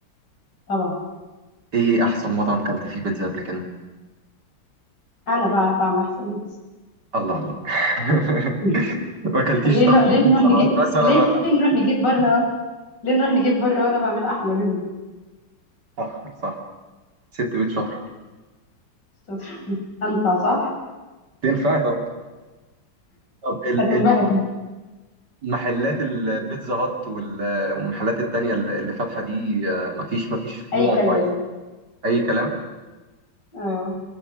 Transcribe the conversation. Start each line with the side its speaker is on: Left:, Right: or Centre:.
Left: طبعا
Right: ايه احسن مطعم كلت فيه بيتزا قبل كده
Left: أنا بعرف أعمل أحسن بيتزا
Right: الله الله <laughs>
Left: <laughs>
Right: ما اكلتيش
Left: ليه
Right: طبعا
Left: ن... ليه
Right: بيتزا
Left: نروح نجيب
Right: هات مثلا
Left: ليه
Right: ولا
Left: نروح نجيب بره ليه نروح نجيب بره وأنا بعمل أحلى منهم
Right: صح صح ست بيت شاطره
Left: <laughs> أنفع صح؟
Right: تنفع طبعا طب ال-
Left: هتنبهر
Right: المحلات البيتزا هات وال- والمحلات التانية اللي اللي فاتحة دي آه، مفيش مفيش
Left: أي
Right: نوع
Left: كلام
Right: اي كلام
Left: اه